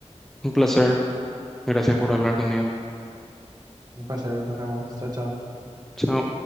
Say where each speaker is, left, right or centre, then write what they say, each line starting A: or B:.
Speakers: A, in the centre; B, on the right (about 35°).
A: Un placer. Gracias por hablar conmigo.
B: Un placer, nos vemos. Chao, chao.
A: Chao.